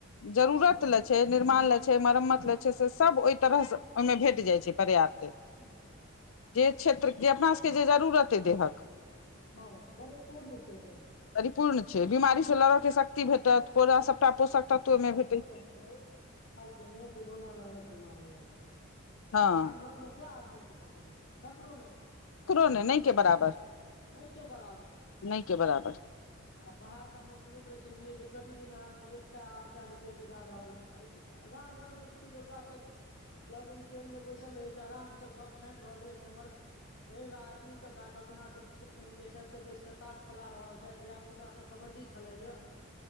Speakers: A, on the left (about 75°); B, on the left (about 55°).
A: जरूरत ले छै निर्माण ले छै मरम्मत ले छै से सब ओहि तरह से ओहिमे भेट जाइ छै पर्याप्त
B: परिपूर मे छै
A: जे क्षेत्र जे अपना सबके जे जरूरत अइ देहक
B: हँ परिपूर्ण छै ओतअ
A: पूर्ण छै बिमारी से लड़ऽ के शक्ति भेटत पोरा सबटा पोषक तत्व ओहिमे
B: आइे
A: भेटै
B: देखियौ किछु साल पहिने कोरोना नामक बीमारी आयल छलए गाम
A: हँ
B: घर में क आदमी के पकड़लकै ककरो नहि
A: ककरो ने नहि के बराबर
B: नहि के बराबर
A: नहि के बराबर
B: आ बाहरसँ हमे सुनैत रहै छलियै जे प्रतिदिन अहाँके एक टा निकलि कऽ जा रहल अछि गाम घर मे देखियौ लोक गाछक लगनटेरमे बैसल रहैत छै आरामसँ गप छाँटि रहल अछि हमर पैघ आदमी कका सब जेना जे छै से बैस क ताश खेला रहल छथि धिया पुता सब कबड्डी खेलाइया